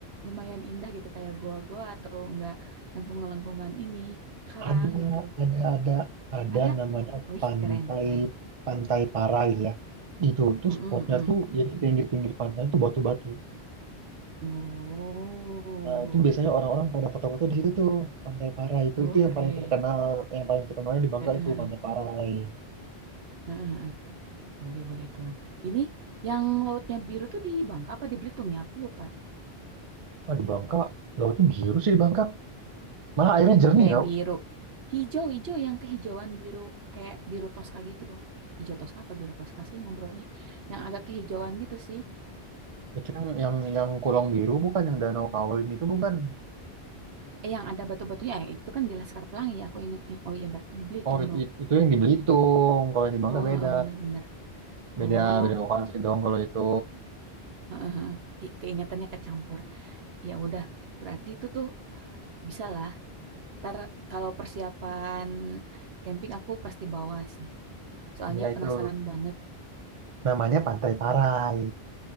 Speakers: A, on the right (about 75°); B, on the right (about 45°).
A: lumayan indah gitu kayak goa-goa atau nggak lengkungan-lengkungan ini karang
B: ada
A: gitu
B: ada ada ada
A: ada
B: namanya
A: wih
B: pantai
A: keren keren
B: Pantai Parai ya itu tuh
A: Mm-mm,
B: spotnya
A: mm
B: tuh jadi pinggir-pinggir pantai tuh batu-batu
A: Oh,
B: Nah, itu biasanya orang-orang pada foto-foto di situ tuh, Pantai Parai itu
A: oh,
B: itu yang
A: keren
B: paling terkenal, yang paling terkenalnya di Bangka
A: Heeh,
B: itu
A: heeh,
B: Pantai Parai.
A: heeh, heeh. Boleh boleh tuh. Ini yang lautnya biru tuh di Bangka apa di Belitung ya? Aku lupa.
B: Ah, di Bangka, lautnya biru sih di Bangka. Malah airnya jernih
A: Eh
B: tau.
A: biru. Hijau-hijau yang kehijauan biru kayak biru toska gitu. Hijau toska apa biru toska sih ngobrolnya? Yang agak kehijauan gitu sih.
B: Itu yang yang yang kolong biru bukan yang Danau Kaolin itu bukan.
A: Eh yang ada batu-batunya eh, itu kan di Laskar Pelangi ya aku ingatnya. Oh iya berarti di Belitung
B: Oh, it-
A: dong.
B: it- itu yang di Belitung. Kalau yang di Bangka
A: Oh
B: beda.
A: heeh, bener-bener. Oh
B: Beda beda lokasi dong kalau itu.
A: heeh, heeh. I- keingatannya kecampur. Ya udah berarti itu tuh bisa lah. Ntar kalau persiapan camping aku pasti bawa sih. Soalnya
B: Iya
A: penasaran
B: itu.
A: banget
B: Namanya Pantai Parai.